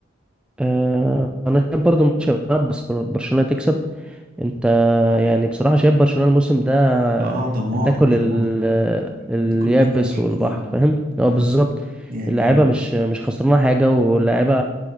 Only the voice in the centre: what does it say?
آه، انا شايف برضو ماتش هيبقى بس بر- برشلونة تكسب انت يعني بصراحة شايف برشلونة الموسم ده
هتاكل
ال- اليابس
والبحر فاهم هو
بالظبط
اللعيبة مش مش خسرانة حاجة واللعيبة